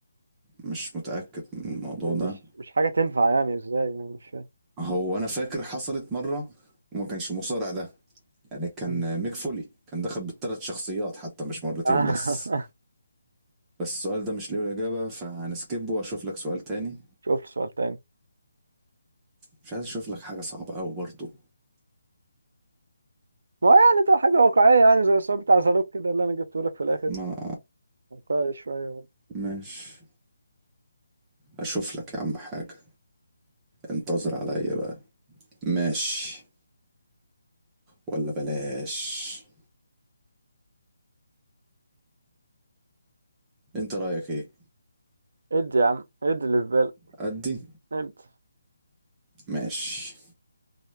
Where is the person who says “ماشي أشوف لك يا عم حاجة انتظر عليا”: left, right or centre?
Right